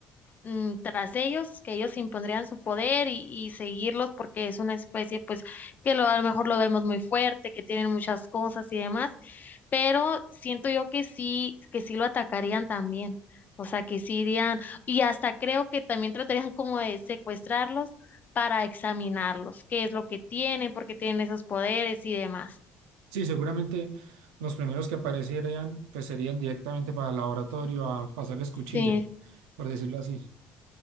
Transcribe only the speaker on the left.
mm, tras ellos, que ellos impondrían su poder y, y seguirlos porque es una especie pues que lo, a lo mejor lo vemos muy fuerte, que tienen muchas cosas y demás, pero siento yo que sí, que sí lo atacarían también, o sea, que sí irían y hasta creo que también tratarían como de secuestrarlos para examinarlos, qué es lo que tienen, por qué tienen esos poderes y demás.
Sí,